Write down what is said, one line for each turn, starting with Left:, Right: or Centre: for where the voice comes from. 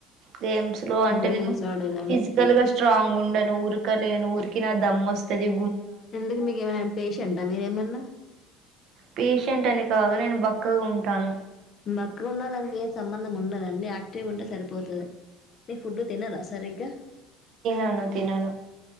Right: గేమ్స్ లో అంటే
Left: గేమ్స్
Right: నేను
Left: ఆడేదాన్ని
Right: ఫిజికల్ గా స్ట్రాంగ్ ఉ ఉండను ఉరుకలేను ఉరికినా దమ్ వస్తుంది
Left: ఎందుకు మీకు ఏమన్నా పేషెంటా మీరేమన్నా
Right: పేషెంట్ అని కాదు నేను బక్కగా ఉంటాను
Left: బక్కగా ఉన్న ల ఏ సంబంధం ఉండదు అ యాక్టివ్ ఉంటే సరిపోతుంది ఫుడ్ తినరా సరిగ్గా
Right: అ తినను